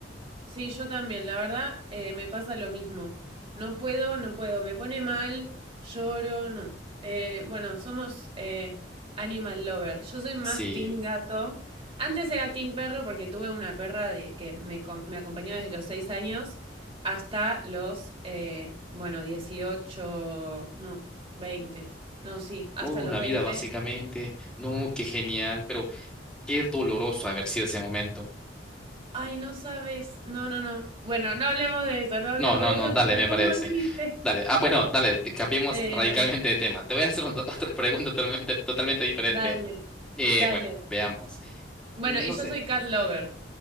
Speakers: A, on the right (about 30°); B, in the centre.
A: Sí, yo también, la verdad, eh, me pasa lo mismo. No puedo, no puedo, me pone mal, lloro, no. Eh, bueno, somos eh, animal lover. Yo soy más
B: Sí,
A: team gato. Antes era team perro porque tuve una perra de, que me, co- me acompañó desde los 6 años hasta los, eh, bueno, 18, no, 20. No, sí, hasta
B: toda
A: los
B: una
A: 20.
B: vida básicamente, no, qué genial, pero qué doloroso haber sido ese momento.
A: Ay, no sabes. No, no, no. Bueno, no hablemos de eso, no hablemos
B: No, no,
A: de eso,
B: no, dale,
A: que me
B: me
A: pongo
B: parece.
A: triste.
B: Dale, ah, pues no, dale, te- cambiemos
A: Em,
B: radicalmente de tema. Te voy a hacer otra <laughs> otra pregunta totalmente, totalmente diferente.
A: dale,
B: Eh,
A: dale.
B: bueno, veamos.
A: Bueno,
B: No
A: y yo
B: sé.
A: soy cat lover